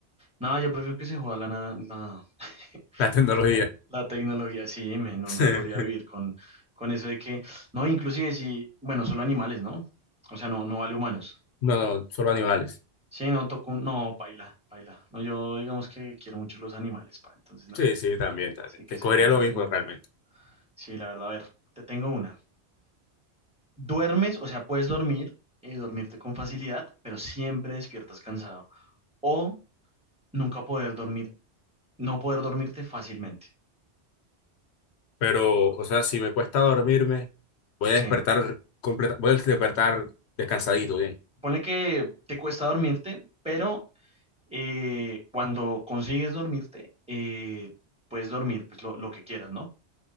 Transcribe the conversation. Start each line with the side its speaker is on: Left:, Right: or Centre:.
Centre: No, yo prefiero que se juegue la, na- la, <laughs>
Left: la tecnología.
Centre: la tecnología, sí, me, no,
Left: <laughs>
Centre: no podría vivir con, con eso de que, no, inclusive si, bueno, solo animales, ¿no? O sea, no, no vale humanos.
Left: No, no, solo animales.
Centre: Sí, no, toco, un- no, paila, paila. No, yo digamos que quiero mucho los animales, pa, entonces no,
Left: Sí, sí, también, también.
Centre: sí que
Left: Te escogería
Centre: se juega
Left: lo
Centre: la
Left: mismo
Centre: tecnología.
Left: realmente.
Centre: Sí, la verdad, a ver, te tengo una. Duermes, o sea, puedes dormir y dormirte con facilidad, pero siempre despiertas cansado. O nunca poder dormir, no poder dormirte fácilmente.
Left: Pero, o sea, si me cuesta dormirme, voy a despertar
Centre: Sí.
Left: completa, voy a despertar descansadito, bien.
Centre: Pone que te cuesta dormirte, pero eh, cuando consigues dormirte, eh, puedes dormir pues, lo, lo que quieras, ¿no?